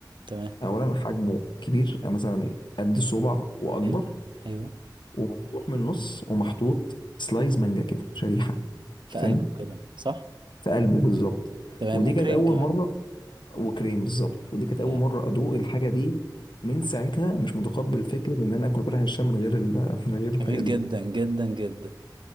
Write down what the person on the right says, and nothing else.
تمام
ايوه ايوه
في
قلبه
كده صح
تمام
وكريم
كمان
يعني
جميل
جدا جدا جدا